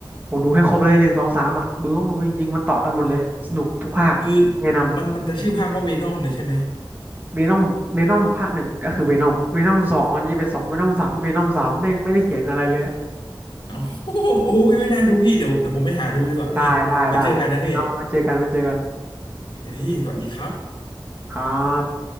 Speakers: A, on the right; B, on the left.
A: ผมดูให้ครบเลยหนึ่งสองสามอ่ะดูต้องดูจริงๆมันต่อกันหมดเลยสนุกทุกภาคแนะน
B: คือมันมันจะชื่อภาคว่าเวนอมเลยใช่ไหม
A: ำเวนอมเวนอมภาคหนึ่งก็คือเวนอมเวนอมสองมันจะเป็นสองเวนอมสามเวนอมสามแม่งไม่ได้เขียนอะไรเลย
B: โอ้โหโอ้ยไม่น่าดูพี่เดี๋ยวเดี๋ยวผมไปหาดูดีกว่าพี่มาเจอกันนะพี่
A: ได้ได้ได้โอเคน้องไว้เจอกันไว้เจอกัน
B: โอเคพี่สวัสดีครับ
A: ครับ